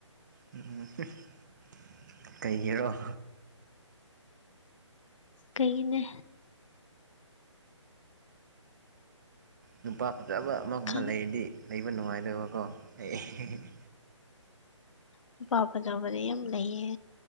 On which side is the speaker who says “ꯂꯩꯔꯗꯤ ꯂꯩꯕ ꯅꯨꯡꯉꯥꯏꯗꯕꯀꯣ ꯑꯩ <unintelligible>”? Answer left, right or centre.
Right